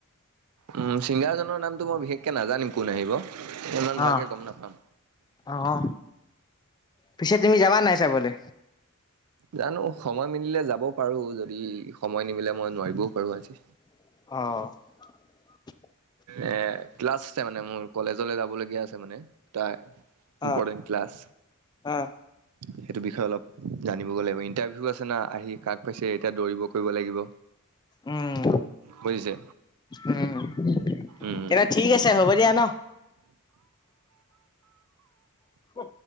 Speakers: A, on the right (about 80°); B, on the left (about 20°).
A: উম ছিংগাৰজনৰ নামটো মই বিশেষকে নাজানিম কোন আহিব ইমান ভালকে
B: অ'
A: গম নাপাম
B: অ' পিছে তুমি যাবা নাই চাবলে
A: জানো সময় মিলিলে যাবও পাৰো যদি সময় নিমিলে মই নোৱাৰিবও পাৰো আজি
B: অ
A: এ ক্লাছ আছে মানে মোৰ কলেজলৈ যাবলগীয়া আছে মানে এটা ইম্পৰ্টেণ্ট
B: অ'
A: ক্লাছ
B: অ'
A: সেইটো বিষয়ে অলপ জানি ইণ্টাৰভিউ আছে না আহি কাক পাইছে এতিয়া দৌৰিব কৰিব লাগিব
B: উম
A: বুজিছে
B: উম
A: উম
B: তে ঠিক আছে হ'ব দিয়া ন উ